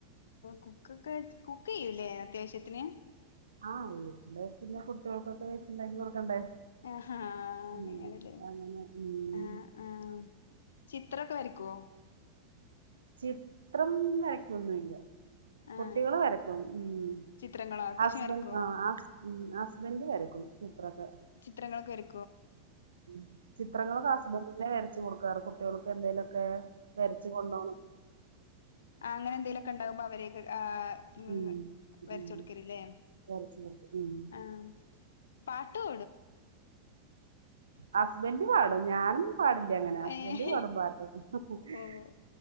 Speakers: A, on the left; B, on the right.
A: കുക്കൊക്കെചി കുക്ക് ചെയ്യൂല്ലേ അത്യാവശ്യത്തിന്
B: ആ വീട്ടിലെ പിന്നെ കുട്ടികൾക്കൊക്കെ വെച്ചുണ്ടാക്കി കൊടുക്കണ്ടേ
A: ആ ആ അങ്ങനണല്ലേ
B: ഉം അങ്ങനെ ഉം
A: ആ ആ ചിത്രൊക്കെ വരക്കുവേ
B: ചിത്രം വരക്കൊന്നല്ല
A: ആഹ്
B: കുട്ടികള് വരക്കുന്നു ഉ
A: ചിത്രങ്ങളോ അത്യാവശ്യം
B: ഹസ്ബൻ
A: വരയ്ക്കുവോ
B: ആ ഹസ്ഹസ്ബൻഡ് വരക്കും ചിത്രക്കെ
A: ചിത്രങ്ങളൊക്കെവര
B: മ് ചിത്രങ്ങളെക്കെഹസ്ബൻഡ് തന്നെ വരച്ചു കൊടുക്കാറ് കുട്ടികൾക്ക് എന്തെലുഒക്കെ ഒക്കെ വരിച്ച് കൊണ്ടോണം
A: ആ അങ്ങനെ എന്തേലുക്കെ ഉണ്ടാകുമ്പോ അവരെ ആ ഉ
B: ഉം
A: വരച്ച്
B: ഉം
A: കൊടുക്കലില്ലേ
B: <unintelligible>
A: ആഹ് പാട്ട് പാടോ
B: ഹസ്ബെൻഡ് പാടും ഞാന് ഞപാടില്ലഅങ്ങെനെ ഹസ്ബൻഡ്
A: ഏഹ്
B: പാടുംപാട്ട് ഹ് ഹ് ഹ്
A: ഓഹ്